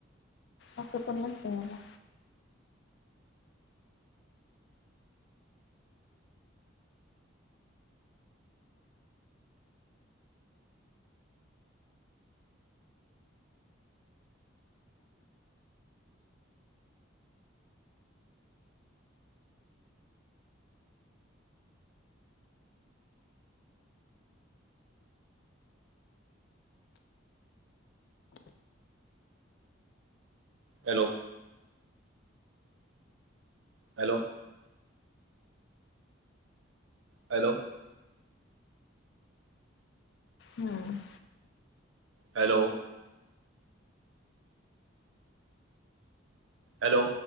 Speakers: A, on the left; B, on the right.
A: असं पण नसतय मला.
B: हॅलो! हॅलो! हॅलो!
A: हम्म
B: हॅलो. हॅलो.